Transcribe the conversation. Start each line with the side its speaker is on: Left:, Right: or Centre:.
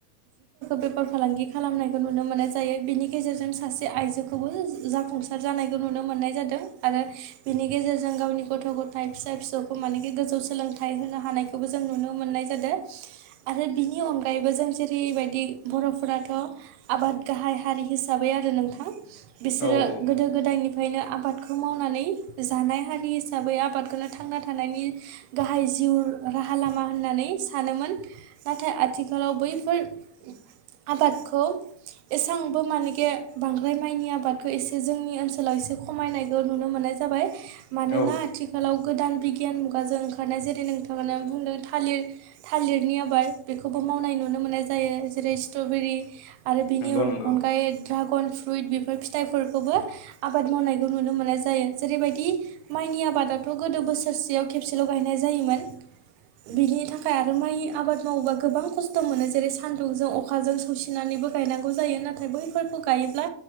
Right: बेफार फालांगि खालामनायखौ नुनो मोननाय जायो बिनि गेजेरजों सासे आइजोखौबो जाफुंसार जानायखौ नुनो मोननाय जादों आरो बिनि गेजेरजों गावनि गथ' गथाय फिसा फिसौखौ माने गेदेर गोजौ सोलोंथाइ होनो हानायखौबो जों नुनो मोननाय जादों आरो बिनि अनगायैबो जों जेरैबायदि बिदि बर'फोराथ' आबाद गाहाय हारि हिसाबै आरो नोंथां। बिसोरो
Left: औ औ
Right: गोदो गोदायनिफ्राय ओंखायनो आबादखौ मावनानै जानाय हारि हिसाबै आबादखौनो थांना थानायनि गाहाय जिउ राहा लामा होननानै सानोमोन। नाथाय आथिखालाव बैफोर आबादखौ एसेबांबो माने गे बांद्राय माइनि आबादखौ एसे जोंनि ओनसोलाव एसे खमायनायखौ नुनो मोननाय जाबाय। मानोना
Left: औ
Right: आथिखालाव गोदान बि गियान मुगाजों ओंखारनाय जेरै नोंथाङा बुंदों थालिर, थालिरनि आबाद बेखौबो मावनाय नुनो मोन मनाय जायो। जेरै स्ट्र'बेरि आरो बेनि
Left: नंगौ नंगौ
Right: अनगायै ड्रागन फ्रुइट बेफोर फिथाइफोर खौबो आबाद मावनायखौ नुनो मोननाय जायो। जेरैबायदि माइनि आबादाथ' गोदो बोसोरसेयाव खेबसेल' गायनाय जायोमोन। बिनि थाखाय आरो माइ आबाद मावोबा गोबां खस्थ' मोनो जेरै सान्दुंजों अखाजों सौसिनानै बो गायनांगौ जायो। नाथाय बैफोरखौ गायोब्ला